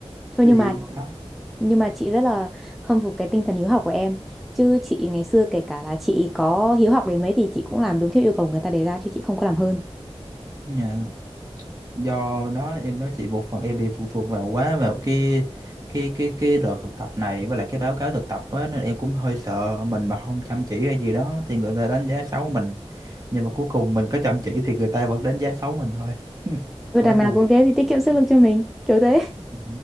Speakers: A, in the centre; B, on the right.
A: Thôi
B: thì
A: nhưng mà
B: đó
A: nhưng mà chị rất là khâm phục cái tinh thần hiếu học của em. Chứ chị ngày xưa kể cả là chị có hiếu học đến mấy thì chị cũng làm đúng theo yêu cầu người ta đề ra chứ chị không có làm hơn.
B: Dạ. do đó em nói chị một phần em bị phụ thuộc vào quá vào cái cái cái cái đợt thực tập này với lại cái báo cáo thực tập á nên em cũng hơi sợ mình mà không chăm chỉ hay gì đó thì người ta đánh giá xấu mình nhưng mà cuối cùng mình có chăm chỉ thì người ta vẫn đánh giá xấu mình thôi <laughs>
A: Và
B: quá
A: đằng nào
B: buồn
A: cũng thế thì tiết kiệm sức lực cho mình, kiểu thế.
B: Ừ.